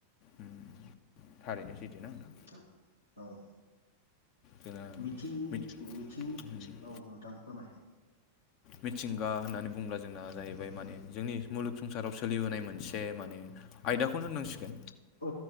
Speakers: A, on the left; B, on the left.
A: उम थारैनो सैथो ना नों
B: थां औ।
A: जोङो
B: मिथिं
A: मिथि
B: मिथिं
A: उम
B: औ नोंथां फोरमाय।
A: मिथिंगा होननानै बुंङोब्ला जोंना जाहैबाय माने जोंनि मुलुग संसाराव सोलिबोनाय मोनसे माने आयदाखौनो होननांसिगोन
B: औ